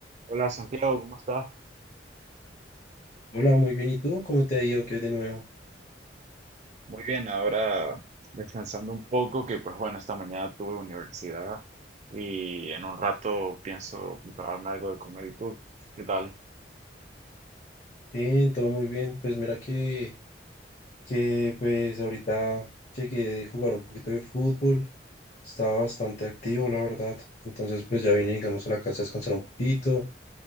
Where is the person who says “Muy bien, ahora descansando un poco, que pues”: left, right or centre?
Right